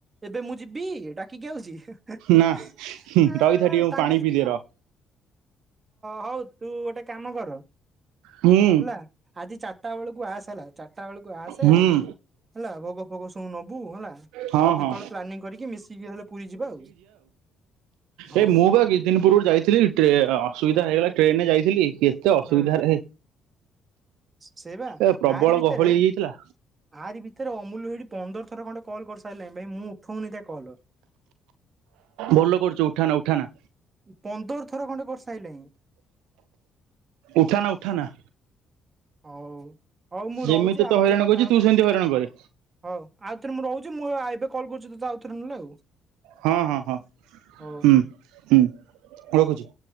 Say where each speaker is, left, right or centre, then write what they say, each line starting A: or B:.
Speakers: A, on the right; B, on the right.
A: ଏବେ ମୁଁ ଯିବି ଡା। କି କି ଆଉଛି ହା ହା
B: ନା
A: ହା
B: ରହିଥା
A: ଆଁ
B: ଟିକେ ମୁଁ
A: ଆଁ। ହଁ
B: ପାଣି ପିଇଦିଏ ରହ
A: ହଉ ତୁ ଗୋଟେ କାମ କର।
B: ହୁଁ
A: ହେଲା ଆଜି ଚାରିଟା ବେଳକୁ ଆସ ହେଲା ଚାରିଟା ବେଳକୁ ଆସେ
B: ହୁଁ
A: ହେଲା ଭୋଗ। ଭୋଗ ସବୁ ନବୁ ହେଲା
B: ହଁ
A: ଆଉ କେତେବେଳେ
B: ହଁ
A: ପ୍ଲାନିଂ କରିକି ମିଶିକି ହେଲେ ପୁରୀ ଯିବା ଆଉ। ହଉ
B: ଏ ମୁଁ ବା କିଛି ଦିନ ପୂର୍ବରୁ ଯାଇଥିଲି ଟ୍ରେ ଅସୁବିଧା ହେଇଗଲା ଟ୍ରେନରେ ଯାଇଥିଲି। ଏତେ ଅସୁବିଧାରେ
A: ହଁ ସେଇ ବା
B: ଏ ପ୍ରବଳ
A: ଆରି ଭିତରେ
B: ଗହଳି ହେଇଯାଇଥିଲା।
A: ଆରି ଭିତରେ ଅମୁଲ୍ୟ ଭାଇ ପନ୍ଦର ଥର ଖଣ୍ଡେ କଲ୍ କରିସାରିଲାଣି ଭାଇ ମୁଁ ଉଠଉନି ତା କଲ୍।
B: ଭଲ କରୁଛୁ ଉଠାନା ଉଠାନା।
A: ପନ୍ଦର ଥର ଖଣ୍ଡେ କରିସାରିଲାଣି।
B: ଉଠାନା ଉଠାନା।
A: ହଉ ହଉ ମୁଁ
B: ଯେମିତି
A: ରହୁଛି
B: ତତେ
A: ଆଉଥରେ
B: ହଇରାଣ
A: କଥା
B: କରୁଛି
A: ହବା
B: ତୁ
A: ଆଉ।
B: ସେମିତି ହଇରାଣ କରେ
A: ହଉ ଆଉ ଥରେ ମୁଁ ରହୁଛି ମୁଁ ଏବେ କଲ୍ କରୁଛି ତୋତେ ଆଉ ଥରେ ନହେଲେ ଆଉ।
B: ହଁ ହଁ ହଁ
A: ହଉ।
B: ହୁଁ ହୁଁ ରଖୁଛି।